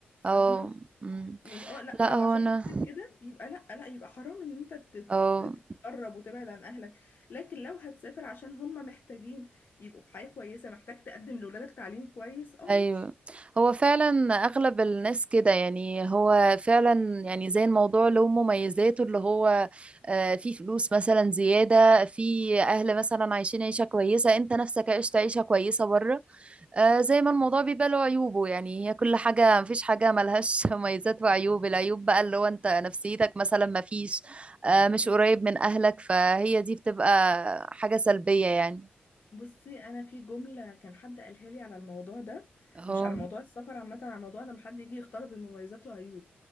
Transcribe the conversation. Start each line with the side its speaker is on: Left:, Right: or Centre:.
Right: اه
Left: فاهمه
Right: أمم.
Left: يعني اه لا
Right: لا
Left: لو
Right: هو
Left: عشان
Right: انا
Left: فكرة كده يبقى لا لا يبقى حرام ان انت تت-
Right: اه
Left: تتقرب وتبعد عن اهلك لكن لو هتسافر عشان هم محتاجين يبقوا في حياة كويسة محتاج تقدم لولادك تعليم كويس اه
Right: ايوه
Left: ماشي
Right: هو فعلا اغلب الناس كده يعني هو فعلا يعني زي الموضوع له مميزاته اللي هو آه، في فلوس مثلا زيادة في اهل مثلا عايشين عيشة كويسة انت نفسك عشت عيشة كويسة بره آه زي ما الموضوع بيبقى له عيوبه يعني هي كل حاجة مفيش حاجة ملهاش <laughs> مميزات وعيوب العيوب بقى اللي هو انت نفسيتك مثلا مفيش آه مش قريب من أهلك فهي دي بتبقى حاجة سلبية يعني
Left: بصي انا في جملة كان حد قالها لي على الموضوع ده
Right: اه
Left: مش على موضوع السفر عامة على موضوع لما حد يجي يختار بين مميزات وعيوب